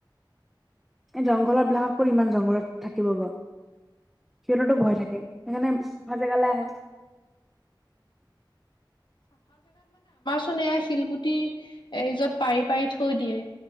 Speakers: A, in the centre; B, on the left.
A: এই জংঘলত বিলাকতক ইমান জংঘলত থাকিব গ সিহঁততো ভয় থাকে সেইকাৰণে চাফা জেগালৈ আহে
B: নাই য়া শিলগুটি এ যত পাৰি পাৰি থৈ দিয়ে